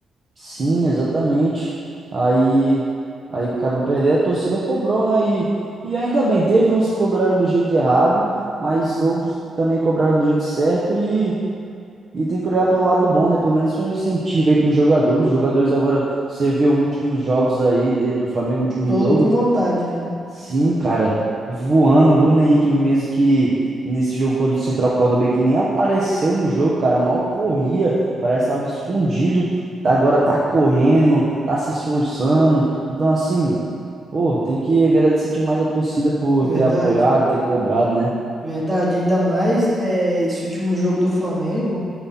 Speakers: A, on the right; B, on the right.
A: Sim, exatamente. Aí, aí acabam perdendo, a torcida cobrou, né? E, e ainda bem, teve uns que cobraram do jeito errado, mas outros também cobraram do jeito certo e, e tem que olhar pelo lado bom, né? Pelo menos foi um incentivo aí para os jogadores. Os jogadores agora, você vê os últimos jogos aí de- do Flamengo, o último
B: Todo
A: jogo.
B: com vontade, né?
A: Sim, cara, voando, o Bruno Henrique mesmo que nesse jogo quando o Central Córdoba que nem apareceu no jogo, cara, mal corria, parece que estava escondido, tá- agora tá correndo, tá se esforçando. Então assim, pô, tem que agradecer demais a torcida por
B: Verdade,
A: ter apoiado, ter cobrado, né?
B: verdade. Ainda mais é, esse último jogo do Flamengo,